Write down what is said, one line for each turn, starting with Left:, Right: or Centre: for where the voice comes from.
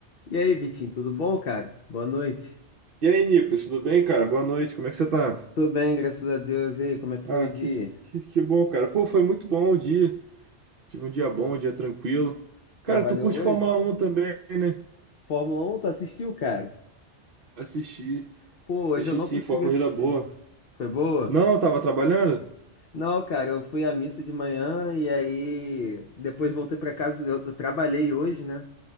Left: E aí, Vitinho, tudo bom, cara? Boa noite.
Right: E aí, Nicolas, tudo bem, cara? Boa noite, como é que você tá?
Left: Tudo bem, graças a Deus. E aí, como é que foi
Right: Ah,
Left: o dia?
Right: que, que, que bom, cara. Pô, foi muito bom o dia. Tive um dia bom, um dia tranquilo. Cara,
Left: Trabalhou
Right: tu curte
Left: hoje?
Right: Fórmula Um também, né?
Left: Fórmula 1, tu assistiu, cara?
Right: Assisti,
Left: Pô, hoje
Right: assisti
Left: eu não
Right: sim,
Left: consegui
Right: foi uma corrida
Left: assistir.
Right: boa.
Left: Foi boa?
Right: Não, eu tava trabalhando?
Left: Não, cara, eu fui à missa de manhã e aí depois voltei pra casa. Eu, eu trabalhei hoje, né?